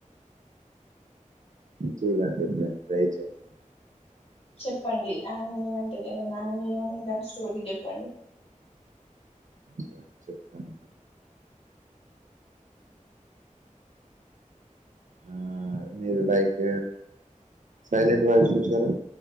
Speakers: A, on the right; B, on the left.
A: చూడండి ఇప్పుడైన ట్రై చేయండి
B: చెప్పండి యానిమీ అంటది ఏదన్నా యానిమీ కానీ ఏదైనా స్టోరీ చెప్పండి
A: సరే చెప్తానండి ఆ మీరు లైక్ సైలెంట్ వాయిస్ చూసారా